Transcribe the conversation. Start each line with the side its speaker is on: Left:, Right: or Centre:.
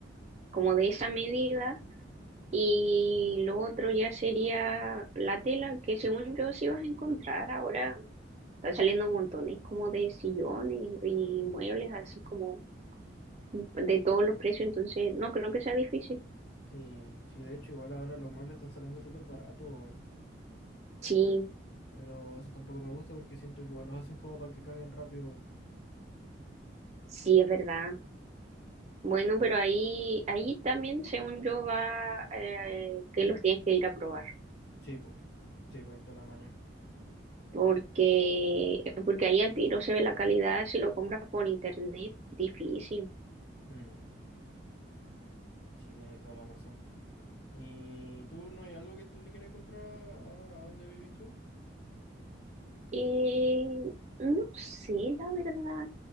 Right: como de esa medida y lo otro ya sería la tela que según yo sí vas a encontrar ahora. Están saliendo montones como de sillones y muebles así como de todos los precios, entonces no creo que sea difícil.
Left: Sí, sí, de hecho igual ahora los muebles están saliendo súper baratos, weón.
Right: Sí,
Left: Pero eso tampoco me gusta porque siento que igual los hacen como para que caguen rápido. weón.
Right: sí es verdad. Bueno, pero ahí, ahí también, según yo, va eh, que los tienes que ir a probar,
Left: Sí, pues, sí, pues ahí está la maña.
Right: porque, porque ahí al tiro se ve la calidad, si lo compras por internet, difícil.
Left: Mm, sí, tenéis toda la razón. ¿Y tú no hay algo que te, le quieres comprar a, a, a donde vivís tú?
Right: Eh, no sé, la verdad.